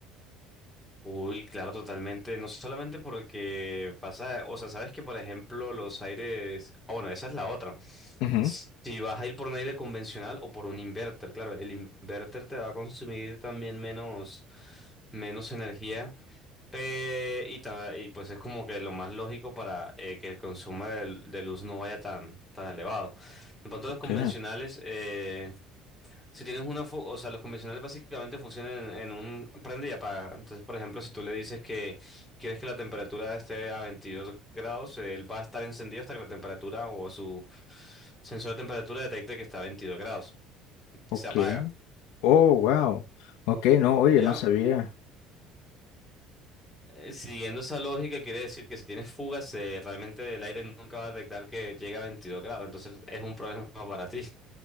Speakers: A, in the centre; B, on the left.
A: Uy, claro, totalmente. No solamente porque pasa, o sea, sabes que por ejemplo los aires, ah, bueno, esa es la otra.
B: Ujú.
A: Si vas a ir por un aire convencional o por un inverter, claro, el inverter te va a consumir también menos, menos energía. pe- y, ta- y pues es como que lo más lógico para eh, que el consumo de, de luz no vaya tan, tan elevado. En cuanto
B: Ok,
A: a los convencionales, eh, Si tienes una, fu- o sea, los convencionales básicamente funcionan en, en un prende y apaga. Entonces, por ejemplo, si tú le dices que quieres que la temperatura esté a 22 grados, él va a estar encendido hasta que la temperatura o su sensor de temperatura detecte que está a 22 grados. Se
B: ok.
A: apaga.
B: Oh, wow. Ok, no, oye,
A: Ya,
B: no sabía.
A: Eh, siguiendo esa lógica, quiere decir que si tienes fugas, eh, realmente el aire nunca va a detectar que llega a 22 grados. Entonces, es un problema para ti.